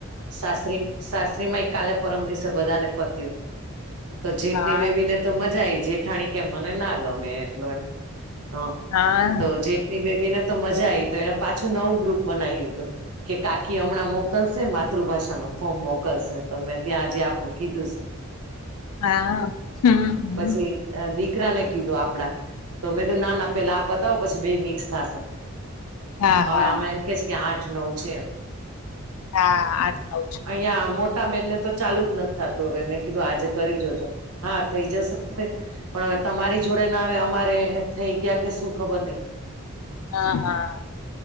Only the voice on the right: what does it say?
સાસરી <unintelligible> કાલે-પરમ દિવસે બધા ને પત્યું, તો જીતની
બેબી ને. તો મજા આઈ, જેઠાણી કે મને ના ગમે એટલું એમ. હ,
તો જેટની બેબી ને તો મજા આઈ, તો એને પાછું, નવું ગ્રુપ બનાવી લીધું. કે કાકી હમણાં મોકલશે, માતૃભાષા નો ફોર્મ મોકલશે, તો મેં ત્યાં આજે આપડું કીધું છે.
પછી દીકરાને કીધું, આપડા તો મેં નાના પહેલા પતાવો, પછી બે મિક્સ થાશે,
હવે
આમાં એમ કે, કે આઠ. નવ છે.
ત્યાં મોટા બેનને તો ચા ચાલુ જ નથી થતું, હવે મેં કીધું, આજે કરી જોજો. હા, થઈ જશે તો. પણ હવે તમારી જોડે ના આવે, અમારે થઈ ગયા કે શું? ખબર નહીં.